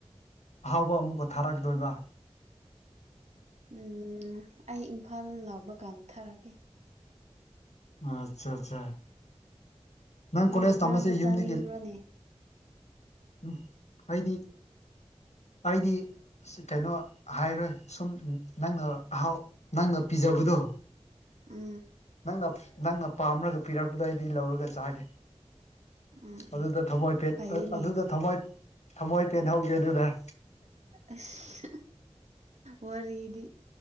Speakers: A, on the left (about 80°); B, on the right (about 85°).
A: ꯑꯍꯥꯎꯕ ꯑꯃꯃꯛꯀ ꯊꯔꯥꯀꯗꯕ
B: ꯎꯝ ꯑꯩ ꯏꯝꯐꯥꯜ ꯂꯥꯎꯕ ꯀꯥꯟꯊꯔꯒꯦ
A: ꯑꯆꯥ ꯑꯆꯥ ꯅꯪ
B: ꯅꯪꯕꯨ
A: ꯀꯣꯂꯦꯖ
B: ꯀꯔꯝꯕ
A: ꯇꯝꯁꯦ ꯌꯨꯝꯗꯒꯤ
B: ꯆꯥꯅꯤꯡꯕ꯭ꯔꯣꯅꯦ
A: ꯎꯝ ꯑꯩꯗꯤ ꯑꯩꯗꯤ ꯑꯁ ꯀꯩꯅꯣ ꯍꯥꯏꯔꯣꯏ ꯁꯨꯝ ꯅꯪꯅ ꯑꯍꯥꯎ ꯅꯪꯅ ꯄꯤꯖꯕꯗꯣ
B: ꯎꯝ
A: ꯅꯪꯅ ꯅꯪꯅ ꯄꯥꯝꯔꯒ ꯄꯤꯔꯛꯄꯗ ꯑꯩꯗꯤ ꯂꯧꯔꯒ ꯆꯥꯒꯦ
B: ꯎꯝ ꯎꯝ
A: ꯑꯗꯨꯗ ꯊꯝꯃꯣꯏ ꯄꯦꯟ
B: ꯐꯩꯌꯦꯅꯦ
A: ꯑꯗꯨꯗ ꯊꯃꯣꯏ ꯊꯝꯃꯣꯏ ꯄꯦꯟ ꯍꯧꯧꯒꯦ ꯑꯗꯨꯗ
B: ꯑꯁ ꯋꯥꯔꯤꯗꯤ